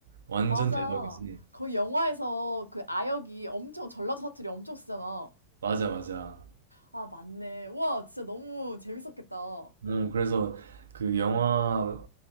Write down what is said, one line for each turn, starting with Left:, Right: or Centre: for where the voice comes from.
Right: 완전
Left: 맞아.
Right: 대박이지.
Left: 거기 영화에서 그 아역이 엄청 전라도 사투리 엄청 쓰잖아.
Right: 맞아, 맞아.
Left: 아, 맞네. 우와, 진짜 너무 재밌었겠다. 어,
Right: 어, 그래서 그 영화